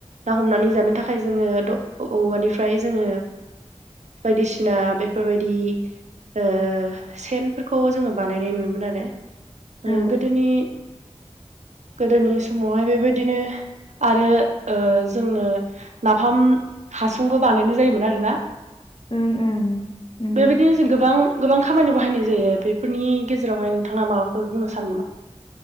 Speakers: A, on the right; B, on the left.
A: ना हमनानै जानो थाखाय जोङो औवानिफ्राय जोङो बायदिसिना बेफोरबायदि ओ सेनफोरखौ जोङो बानायनाय नुयोमोन आरो ओ
B: औ
A: गोदोनि गोदोनि समावहाय बेबायदिनो आरो ओ जोङो नाफाम हासुंबो बानायनाय जायोमोन आरोना
B: ओं ओं नंगौ
A: बेबायदिनो जों गोबां गोबां खामानि बाहायनाय जायो बेफोरनि गेजेरावहाय नोंथाङा माबाफोर बुंनो सानो नामा